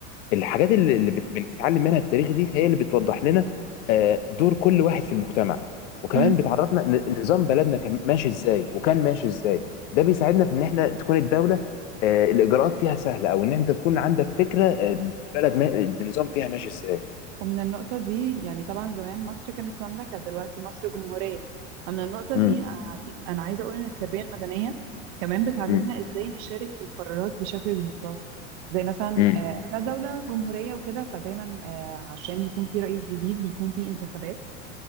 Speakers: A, on the left; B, on the right.
A: اللي اللي بت- بنتعلم منها التاريخ دي هي اللي بتوضح لنا آه، دور كل واحد في المجتمع وكمان
B: امم
A: بتعرفنا ن- نظام بلدنا كان ماشي إزاي وكان ماشي إزاي ده بيساعدنا في إن إحنا تكون الدولة آه، الإجراءات فيها سهلة أو إن أنت تكون عندك فكرة آه، بلد ما... النظام فيها ماشي إزاي
B: ومن النقطة دي يعني طبعا زمان مصر كانت مملكة دلوقتي مصر جمهورية فمن النقطة
A: مم.
B: دي آه، أنا عايزة أقول إن التربية المدنية كمان بتعلمنا
A: مم.
B: إزاي نشارك في القرارات بشكل ديمقراطي زي مثلا
A: مم.
B: آه، إحنا دولة جمهورية وكده فدايما آه، عشان يكون في رئيس جديد بيكون في انتخابات